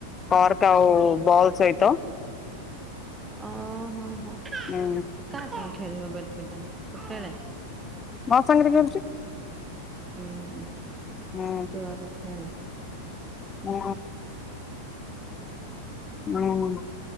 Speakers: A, on the left (about 20°); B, on the right (about 15°).
A: ପ୍ରରକ୍ ଆଉ ବଲ ସାହିତ
B: ଓହୋ ହୋ କା
A: ହୁଁ
B: ସାଙ୍ଗେ ଖେଳିବ ବେଡମିଣ୍ଟନ ତୁ ଖେଳେ
A: ମୋ ସାଙ୍ଗରେ ଖଳୁଛି।
B: ହୁଁ
A: ହୁଁ
B: ତୁଆଗେ ଖେଳ।
A: ହୁଁ ହୁଁ।